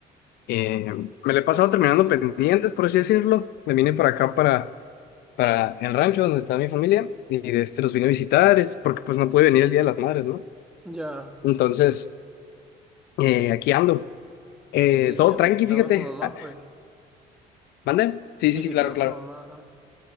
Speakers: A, on the left; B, in the centre.
A: eh, me la he pasado terminando pendientes, por así decirlo. Me vine para acá, para, para el rancho donde está mi familia, y de este, los vine a visitar, es porque pues no pude venir el Día de las Madres, ¿no?
B: Ya,
A: Entonces, eh, aquí ando. Eh,
B: sí,
A: todo tranqui,
B: visitando
A: fíjate.
B: a tu mamá,
A: Ah,
B: pues,
A: ¿Mande? Sí, sí,
B: visitando
A: sí, claro, claro.
B: a tu mamá, ajá.